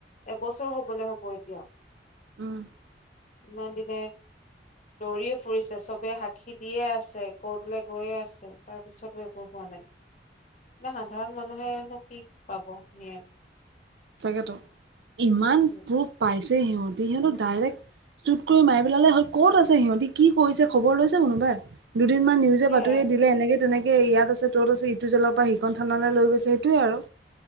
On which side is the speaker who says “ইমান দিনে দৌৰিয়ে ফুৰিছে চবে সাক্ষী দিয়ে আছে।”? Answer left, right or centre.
Left